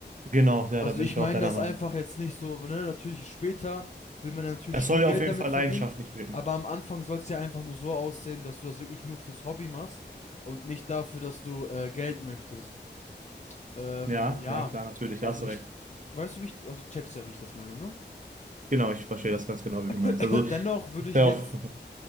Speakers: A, on the right (about 45°); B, on the left (about 40°).
A: Genau, ja,
B: Also
A: da bin
B: ich
A: ich
B: meine
A: auch deiner
B: das
A: Meinung.
B: einfach jetzt nicht so, ne, natürlich später will man ja natürlich
A: Es
B: schon
A: soll ja
B: Geld
A: auf jeden
B: damit
A: Fall
B: verdienen,
A: leidenschaftlich wirken.
B: aber am Anfang soll es ja einfach nur so aussehen, dass du das wirklich nur fürs Hobby machst und nicht dafür, dass du äh, Geld möchtest. Ähm,
A: Ja,
B: ja,
A: ja, klar, natürlich,
B: also
A: hast du
B: ich,
A: recht.
B: weißt du, wie ich, also checkst ja, wie ich das meine, ne? <laughs>
A: Genau, ich verstehe das ganz genau, wie du meinst.
B: <clears throat>
A: Also,
B: Dennoch würde ich
A: sehr
B: jetzt
A: auf.